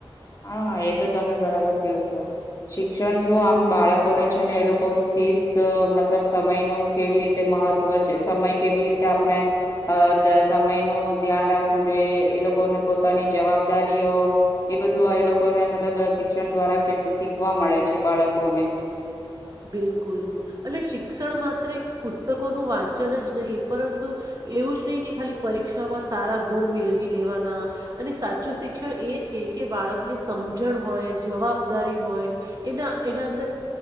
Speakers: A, on the left (about 35°); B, on the right (about 40°).
A: હા એ તો તમે બરાબર કેવો છો શિક્ષણ શું આમ બાળકોને છે ને એ લોકો ન શિસ્ત મતલબ સમય નું કેવી રીતે મહત્વ છે સમય કેવી રીતે આપણે સમય નું ધ્યાન રાખવું જોઈએ એ લોકોને પોતાની જવાબદારીઓ એ બધ ું એ લોકોને મતલબ શિક્ષણ દ્વારા કેટલી શીખવા મળે છે બાળકોને
B: બિલકુલ અને શિક્ષણ માત્ર પુસ્તકોનું વાંચન જ નહીં પરંતુ એવું જ નહીિ કે ખાલી પરીક્ષામાં સારા ગુણ મેળવી લેવાના અને સાચું શિક્ષણ એ છે કે બાળક ની સમજણ હોય જવાબદારી હોય એના એના અંદર